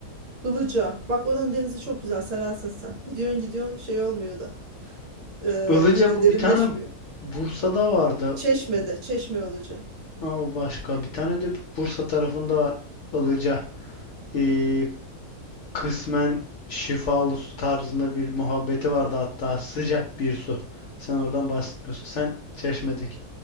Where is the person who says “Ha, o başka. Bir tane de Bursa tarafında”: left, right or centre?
Left